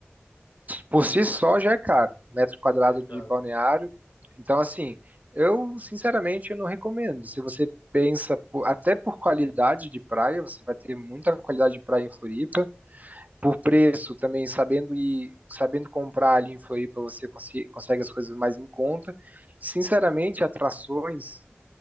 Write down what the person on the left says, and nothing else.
É caro,
né?